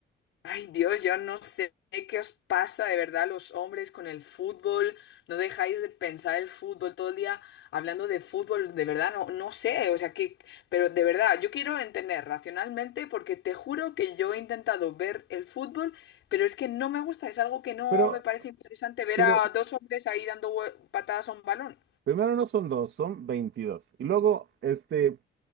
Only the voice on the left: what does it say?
ay, Dios, yo no sé qué os pasa de verdad a los hombres con el fútbol. No dejáis de pensar el fútbol todo el día hablando de fútbol. De verdad, no, no sé. O sea, que, pero de verdad, yo quiero entender racionalmente porque te juro que yo he intentado ver el fútbol, pero es que no me gusta. Es algo que no
me parece interesante ver
a dos hombres ahí dando vue- patadas a un balón.